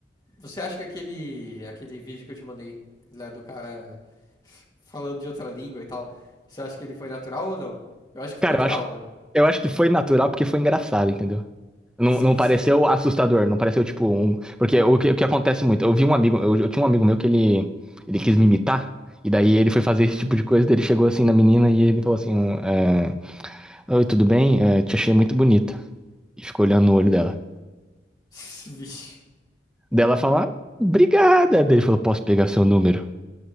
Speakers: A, on the left (about 25°); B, in the centre.
A: Você acha que aquele, aquele vídeo que eu te mandei, lá do cara falando de outra língua e tal, você acha que ele foi natural ou não? Eu acho que foi
B: Cara,
A: natural,
B: eu acho que,
A: mano.
B: eu acho que foi natural porque foi engraçado, entendeu? Não,
A: Sim,
B: não pareceu
A: sim.
B: assustador, não pareceu tipo um. Porque o que, o que acontece muito, eu vi um amigo, eu, eu tinha um amigo meu que ele, ele quis me imitar, e daí ele foi fazer esse tipo de coisa, daí ele chegou assim na menina e ele falou assim: é, Oi, tudo bem? É, te achei muito bonita. E ficou olhando no olho dela.
A: <laughs> Vixe.
B: Dela fala, "Ah, obrigada. Daí ele falou, posso pegar seu número?